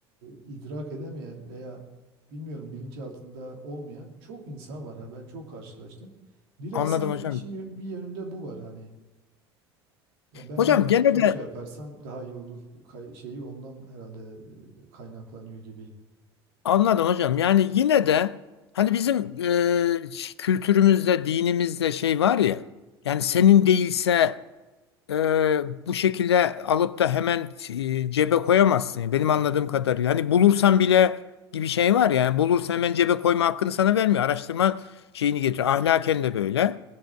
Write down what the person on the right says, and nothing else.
e, idrak edemeyen veya bilmiyorum bilinç altında olmayan çok insan var ha ben çok karşılaştım. Biraz
sanki
işin yö- bir yönünde bu var hani. Ya benden
kaba
çok
şey yaparsam daha iyi olur kay- şeyi ondan herhalde e, kaynaklanıyor gibi.